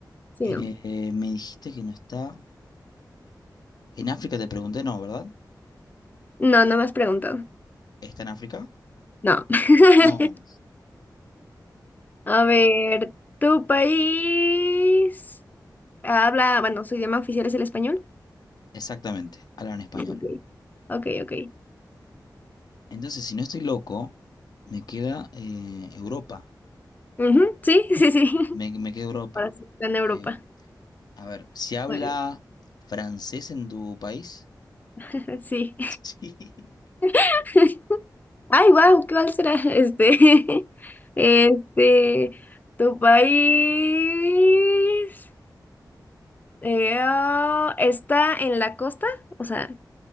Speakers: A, on the left; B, on the left.
A: Sí,
B: Eh,
A: no.
B: me dijiste que no está... En África te pregunté, no, ¿verdad?
A: No, no me has preguntado.
B: ¿Está en África?
A: No. <laughs>
B: No.
A: A ver, ¿tu país habla, bueno, su idioma oficial es el español?
B: Exactamente. Hablan español.
A: Ok, ok. ok.
B: Entonces, si no estoy loco, me queda eh, Europa.
A: Ujú, Sí, sí, sí. <laughs>
B: Me, me queda Europa.
A: Ahora sí, está en Europa.
B: Eh, a ver, ¿se habla
A: Bueno,
B: francés en tu país? <laughs>
A: <laughs> sí.
B: Sí.
A: <laughs> Ay, wow, ¿cuál será? Este, <laughs> este, tu país eh, ah, está en la costa, o sea,